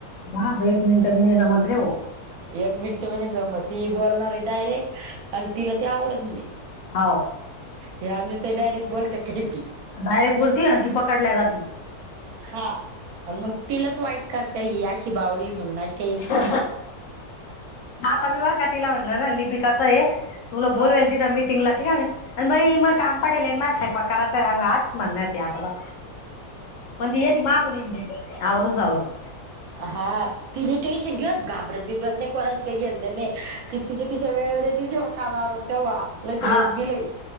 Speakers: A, on the left (about 65°); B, on the right (about 75°).
A: ह एक मिनट बी नाहीय जमत रे व
B: एक मिनट प जम ती बोलणार आहे डायरेक्ट आणि तिला ते आवडत नाही.
A: हाव
B: हे आंजी तर डायरेक्ट बोलत काही पी
A: डयरेक्ट बोलती आणि ती पकडल्या जाती.
B: हा आणि मग तिलाच वाईट करता ही अशी बावळी म्हणूनशी
A: हा आता मी वारका तला म्हणल ना लिपिकाचं आहे. तुला
B: हा.
A: बोलवेल तिथ मि टिंगला ठीक आहे ना मग मग काम पडेल माझ स्वयंपाक कराचा मग आज म्हणालती आता ब
B: <unintelligible>
A: पण ती येते मागून येतीआवरून -सवरून
B: हा तिने टेन्शन घेत घाबरत -बिबरत नाही, कोणाशी काय घेणं -देण नाही. कि तिच् - तिच्या वेळेवर ति जेव्हा कामावर होत तेव्हा लैतरीि
A: हा
B: आत बिलय,